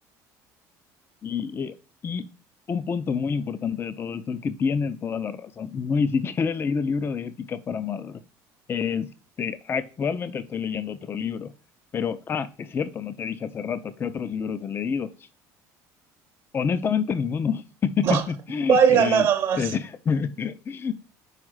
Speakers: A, on the left; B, on the right.
A: Y, eh, y un punto muy importante de todo esto es que tienes toda la razón. No ni siquiera he leído el libro de ética para Amador. Este, actualmente estoy leyendo otro libro. Pero, ah, es cierto, no te dije hace rato qué otros libros he leído. Honestamente, ninguno. <laughs>
B: No, vaya
A: Este,
B: nada más.
A: <laughs>